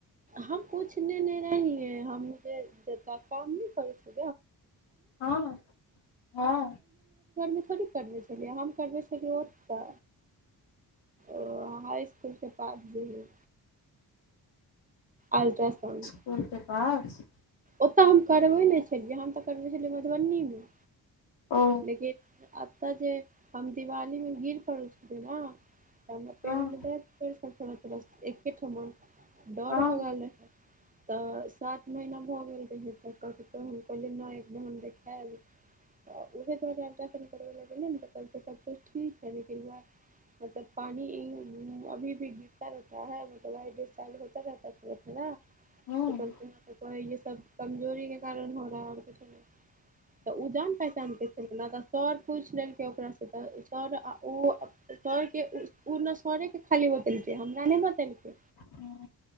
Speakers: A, on the right; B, on the left.
A: हम पूछने ने रहियइ है हम जे- जेत काम नइ करइ छल
B: हँ हँ
A: <inaudible> करबे छलियै हम करबे छलियै ओतऽ ओ हाई इसकुल के पास जे हइ अल्ट्रासाउंड
B: इकूलके पास
A: ओतय हम करबै नइ छलियै हम तऽ करबै छलियै मधबनीमे
B: ओ
A: लेकिन अतऽ जे हम दिवालीमे गिर पड़ल छली न त हमरा
B: हँ
A: पेरमे दर्द <inaudible> एके ठमा डर
B: हँ
A: हो गेल रहे तऽ सात महीना भऽ गेल रहै तऽ हम कहलियइ नइ एकबे हम देखैब तऽ उहे <unintelligible> करबै लए गेलै न तऽ कहल्कई सबकुछ ठीक हय लेकिन वैह मतलब पानी इ अभी भी गिरता रहता है मतलब <unintelligible> होता रहता न्य
B: हँ
A: त <unintelligible> त ये सब कमजोरी के कारण हो रहा है और कुछो नहि तऽ उ जान पहचान के न तऽ सर पुइछ लेलकै ओकरासँ तऽ सर आ ओ सरके उ ने सड़े के खाली बतेल कय हमरा नइ बतेलकय
B: हँ